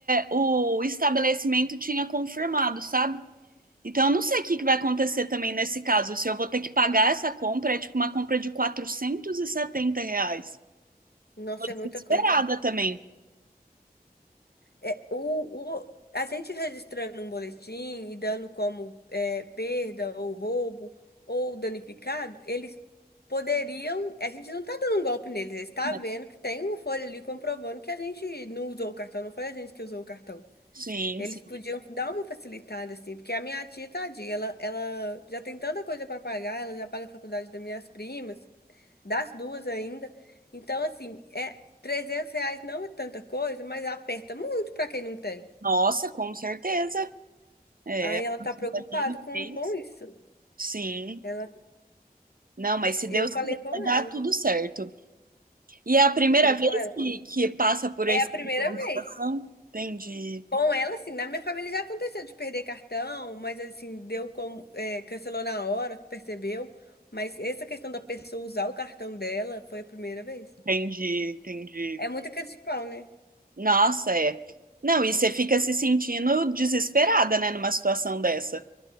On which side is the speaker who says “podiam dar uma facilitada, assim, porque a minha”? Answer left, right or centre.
Left